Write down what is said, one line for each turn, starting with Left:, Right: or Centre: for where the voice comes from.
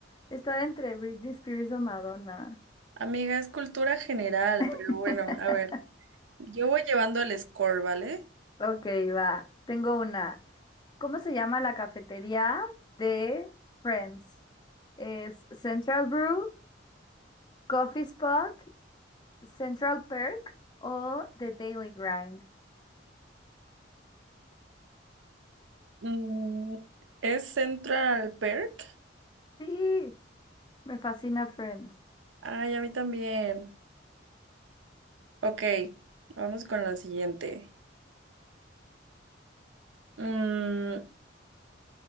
Left: estaba entre Britney Spears o Madonna.
Right: Amiga, es cultura general,
Left: <laughs>
Right: pero bueno, a ver. Yo voy llevando el score, ¿vale?
Left: Ok, va. Tengo una. ¿Cómo se llama la cafetería de Friends? ¿Es Central Brew, Coffee Spot, Central Perk o The Daily Grind?
Right: Mm, ¿es Central Perk?
Left: Sí. Me fascina Friends.
Right: Ay, a mí también. Ok, vamos con la siguiente. Mm,